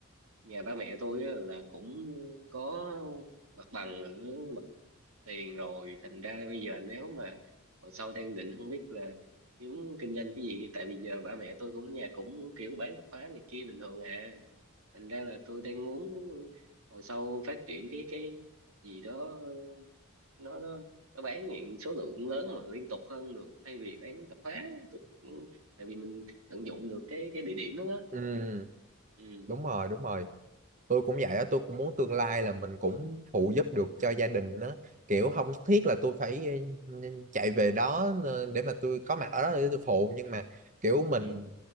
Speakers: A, on the right; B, on the right.
A: nhà ba mẹ tôi á là cũng có mặt bằng ở tiền rồi thành ra bây giờ nếu mà hồi sau đang định không biết là kiếm kinh doanh cái gì tại vì giờ ba mẹ tôi cũng nhà cũng kiểu bán tạp hóa này kia bình thường à thành ra là tôi đang muốn hồi sau phát triển cái cái gì đó nó nó nó bán những số lượng lớn mà liên tục hơn được thay vì bán tạp hóa tôi, tại vì mình tận dụng được cái cái địa điểm đó, đó.
B: ừ,
A: ừ
B: đúng rồi đúng rồi tôi cũng vậy á tôi cũng muốn tương lai là mình cũng phụ giúp được cho gia đình á kiểu không thiết là tôi phải ừ, chạy về đó ờ, để mà tôi có mặt ở đó để tôi phụ nhưng mà kiểu
A: ừ
B: mình